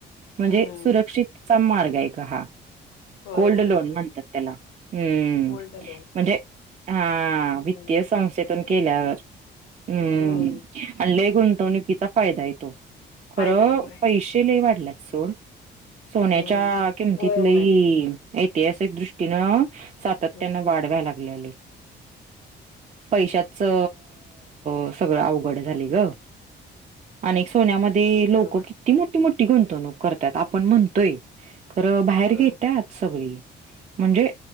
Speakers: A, on the right; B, on the left.
A: म्हणजे
B: हम्म
A: सुरक्षितचा मार्ग हाय ग हा
B: होय
A: गोल्ड
B: होय
A: लोन
B: होय
A: म्हणतात त्याला हम्म
B: गोल्डन होय
A: म्हणजे हा
B: हम्म
A: वित्तीय संस्थेेतून केल्यावर हम्
B: हम्म
A: आणि लय गुंतवणुकीचा फायदा हाय तो
B: फायदा
A: खरं
B: आहे होय
A: पैशे लय वाढल्यात सोड, सोन्याच्या
B: हम्म
A: किमतीत
B: होय
A: लय
B: होय
A: ऐतिहासिक दृष्टीनं सातत्यान
B: हम्म
A: वाढ व्याय लागल्या लय पैशाच अं अ अ सगळं अवघड झालय ग अनेक सोन्यामध् ध्ये लोक
B: होय होय
A: किती मोठी मोठी गुंतवणूक करत्यात आपण म्हणतोय खरं बाहेर
B: होय
A: घेत सगळी म्हणजे